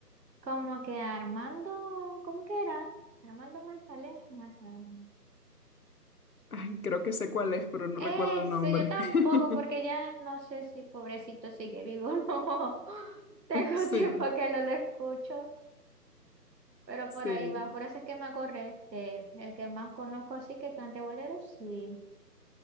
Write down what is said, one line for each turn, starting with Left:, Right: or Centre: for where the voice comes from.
Right: Como que Armando, ¿cómo que era? Armando Manzale- Manzanero.
Left: Ay, creo que sé cuál es, pero no
Right: Eso,
Left: recuerdo el nombre.
Right: yo tampoco,
Left: <laughs>
Right: porque ya no sé si pobrecito sigue vivo o no. <laughs> Tengo
Left: Sí,
Right: tiempo que no lo escucho, pero
Left: sí,
Right: por ahí va. Por eso es que me acordé de él. El que más conozco sí que cante bolero, sí.